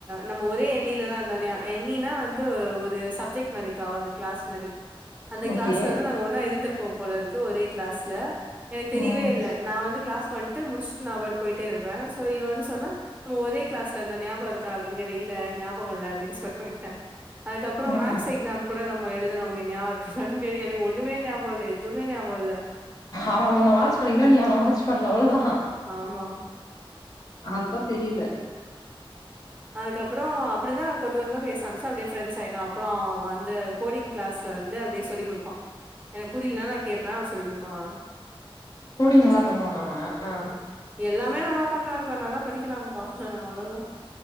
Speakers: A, on the right (about 15°); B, on the left (about 40°).
A: நம்ம ஒரே எண்ணில தா அந்தண்யா எண்ணினா வந்து ஒரு சப்ஜெக்ட் மாரிக்கா ஒரு கிளாஸ் மாரி அந்த கிளாஸ்ல
B: ஓகே
A: வந்து நாங்க ஒன்னா இருந்திருப்போம் போலருக்கு ஒரே கிளாஸ்ல எனக்கு தெரியவே
B: ம்
A: இல்ல நா வந்து கிளாஸ் பண்ட்டு முடிச்ட்டு நா பாட்டுக்கு போய்ட்டேருப்பே இவெ வந்து சொன்னா நம்ம ஒரே கிளாஸ்ல இந்தோ ஞாபோருக்கா அப்டின் கேட்டா இல்ல ஞாபகோல்ல அப்டின் சொ விட்ட அதுக்கப்புறோ
B: ம்
A: மேக்ஸ் எக்ஸாம் கூட நம்ம எழுதுனோமே ஞாபகோ இருக்கா கே எனக்கு ஒண்ணுமே ஞாபகோ இல்ல எதுவுமே ஞாபகோ இல்ல
B: அவ உன்ன வாட்ச் பண்ணிக்கிட்டா நீ அவன வாட்ச் பண்ணலா அவ்வளதா
A: ஆமா
B: அப்ப தெரியல
A: அதுக்கப்புறோ அப்படிதா கொஞ்ச கொஞ்சமா பேச ஆரம்மிச்சோ அப்படியே ப்ரெண்ட்ஸ் ஆயிட்டோ அப்புறோ வந்து கோடிங்கிளாஸ்ல வந்து அப்படியே சொல்லி குடுப்பா எனக்கு புரியலென்னா ந கேப்ப அவ சொல்லி குடுப்பா அவ்ளதா
B: கோடிங் நல்லா பண்ணுவான அவ
A: எல்லாமே நல்லா பண்றாங்கக்கா நல்லா படிக்கிறாங்கக்கா அவ்வளாதா